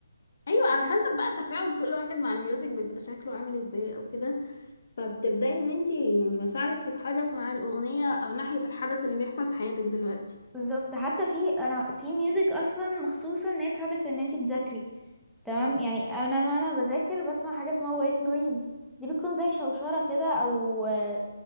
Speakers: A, on the left; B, in the centre.
A: ايوه على حسب بقى تفاعل كل واحد مع الميوزك بيبقى شكله عامل ازاي او كده فبتبدأي ان انتي يعني مشاعرك تتحرك مع الأغنية او ناحية الحدث اللي بيحصل في حياتك دلوقتي
B: بالظبط ده حتى في انا في ميوزك اصلا مخصوصه ان هي تساعدك ان انت تذاكري تمام يعني انا ما انا بذاكر بسمع حاجه اسمها وايت نويز دي بتكون زي شوشره كده او آه،